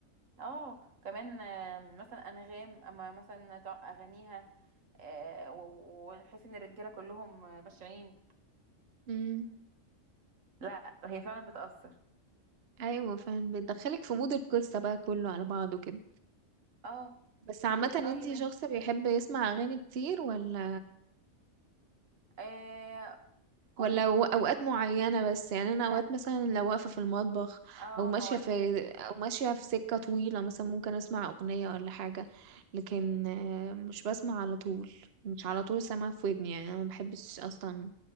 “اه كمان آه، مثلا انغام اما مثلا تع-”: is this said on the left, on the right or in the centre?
Right